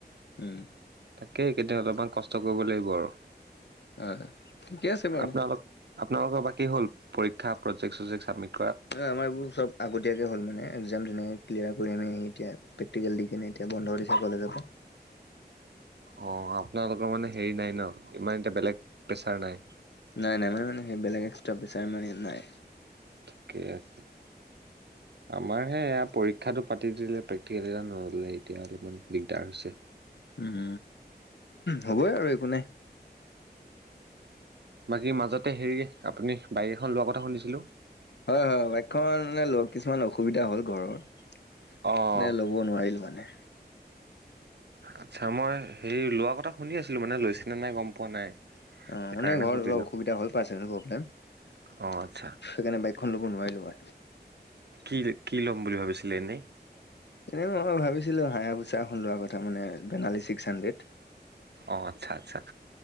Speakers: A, on the left (about 85°); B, on the right (about 75°).
A: উম।
B: তাকে একেইদিন অলপমান কষ্ট কৰিব লাগিব আৰু।
A: হয় ঠিকে আছে বাৰু
B: আপোনালোক আপোনালোকৰ বাক। কিহল পৰীক্ষ প্ৰজক্ট চজেক্ট চাবমিত।
A: আমাৰ বোৰ চব আগতীয়াকে হ'ল মানে একজাম তেনেকে ক্লিয়াৰ কৰি আমি এতিয়া প্ৰেটিকেল দি কিনে এ। এ বন্ধ দিছে কলেজল পা
B: অ আপোনালোকৰ মানে হেৰি নাই ন ইমান এতিয়া বেলেগ প্ৰেচাৰ নাই।
A: নাই নাই মানে মানে সেইবেলোক এক্সটা পৈচাৰ মানে নাই।
B: ঠিকেই আছে আমাৰ হে এয়া পৰীক্ষাটো পাতি দিলে প্ৰেক্টিকেল এটা নলে এতিয়া অলপমান দিগদাৰ হৈছে
A: উম হ'বই আৰু একো নাই।
B: বাকী মাজতে হেৰি আপুনি বাইক এখন লোৱাৰ কথা শুনিছিলো
A: হয় হয় বাইকখন মানে লগ কিছুমান অসুবিধা হ'ল ঘৰৰ
B: অ',
A: কোনে ল'ব নোৱাৰিল মানে
B: আচ্ছা মই হেৰি লোৱা কথা শুনি আছিলো মানে লৈছেনে নাই গম পোৱা নাই
A: অ
B: সেইকাৰণে
A: মানে ঘৰত
B: সুধিলোঁ
A: অলপ অসুবিধা হল পাৰব্লেম সেইকাৰণে
B: অ', আচ্ছা
A: ব এখন লগোনোৱাই লো
B: কি কি ল'ম বুলি ভাবিছিলে এনেই
A: এনে মই ভাবিছিলো হাঁ পুচা এখন লোৱা কথা মানে বেনালী ছিক্স হাণ্ড্ৰেড
B: অঁ আচ্ছা আচ্ছা